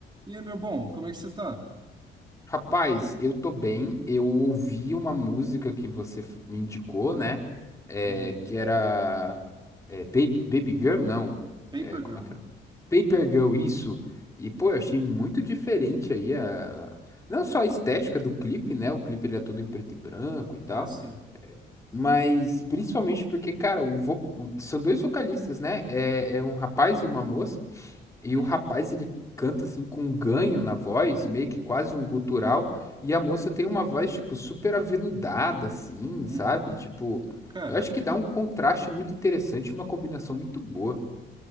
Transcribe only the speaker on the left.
Rapaz, eu tô bem. Eu ouvi uma música que você f- me indicou, né? É,
que era é, Baby, Baby Girl, não.
É, como
é que era? Paper Girl, isso. E, pô, eu achei muito diferente aí a... Não só a estética do clipe, né? O clipe ele é todo em preto e branco e tal.
Mas principalmente porque, cara, o vo- o- são dois vocalistas, né? É, é um rapaz e uma moça. E
o rapaz, ele canta assim com um ganho na voz, meio que quase um gutural. E a moça tem uma voz, tipo, super aveludada, assim,
sabe? Tipo,
eu acho que dá um contraste muito interessante, uma combinação muito boa.